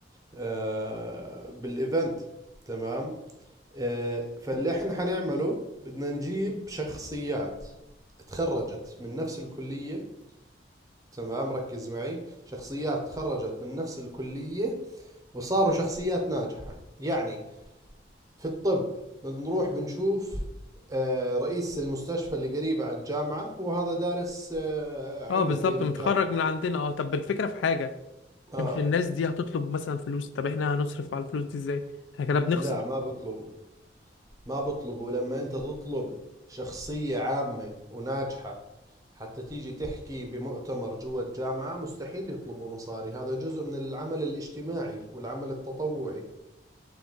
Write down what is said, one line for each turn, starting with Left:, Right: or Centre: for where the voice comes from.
Right: آه، بالإيفنت تمام آه، فاللي إحنا حنعمله بدنا نجيب شخصيات تخرجت من نفس الكلية تمام ركز معي شخصيات تخرجت من نفس الكلية وصاروا شخصيات ناجحة يعني في الطب بنروح بنشوف آه، رئيس المستشفى اللي قريبة على الجامعة هو هذا دارس آه، عنا
Left: اه بالظبط
Right: بي- بالجامعة
Left: متخرج من عندنا اه طب الفكرة في حاجة
Right: آه
Left: مش الناس دي هتطلب مثلا فلوس طب احنا هنصرف على الفلوس دي ازاي احنا كده بنخسر
Right: لا ما بطلبوا ما بطلبوا لما أنت تطلب شخصية عامة وناجحة حتى تيجي تحكي بمؤتمر جوا الجامعة مستحيل يطلبوا مصاري هذا جزء من العمل الاجتماعي والعمل التطوعي